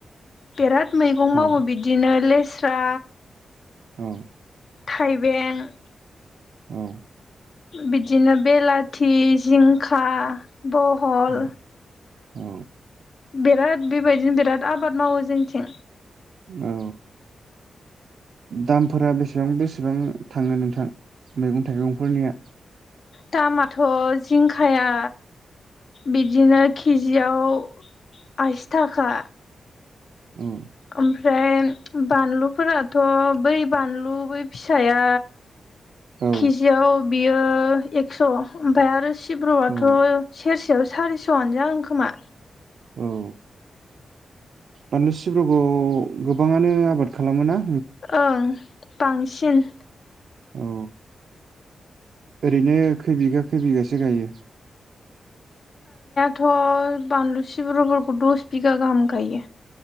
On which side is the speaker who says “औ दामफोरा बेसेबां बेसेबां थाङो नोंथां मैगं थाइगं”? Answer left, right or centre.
Right